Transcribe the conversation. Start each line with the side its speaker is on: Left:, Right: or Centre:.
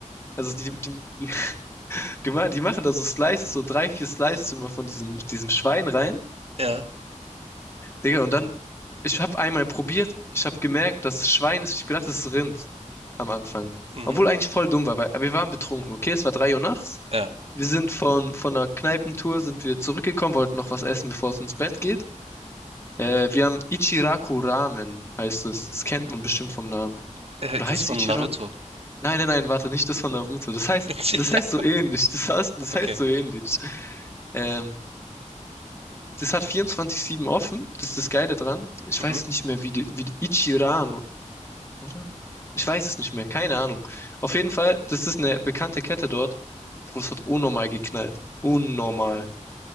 Left: Also die, die, die, <laughs> die ma- die machen da so Slices, so drei, vier Slices immer von diesem, diesem Schwein rein.
Right: ja,
Left: Digga, und dann, ich habe einmal probiert, ich habe gemerkt, dass es Schwein ist, ich habe gedacht, es ist Rind am Anfang.
Right: mhm,
Left: Obwohl eigentlich voll dumm war, weil, aber wir waren betrunken, okay? Es war drei Uhr nachts.
Right: ja.
Left: Wir sind von, von einer Kneipentour, sind wir zurückgekommen, wollten noch was essen, bevor es ins Bett geht. Äh, wir haben Ichiraku Ramen, heißt es. Das kennt man bestimmt vom Namen.
Right: Äh,
Left: Oder
Right: das
Left: heißt
Right: von
Left: es Ichiraku?
Right: Naruto.
Left: Nein, nein, nein, warte, nicht das von Naruto. Das heißt,
Right: <laughs>
Left: das heißt so ähnlich. Das heißt, das
Right: Okay.
Left: heißt so ähnlich. Ähm, Das hat 24/7 offen. Das ist das Geile dran. Ich
Right: Mhm.
Left: weiß nicht mehr, wie, die, wie die- Ichiran, oder? Ich weiß es nicht mehr. Keine Ahnung. Auf jeden Fall, das ist eine bekannte Kette dort. Bro, das hat unnormal geknallt. Unnormal.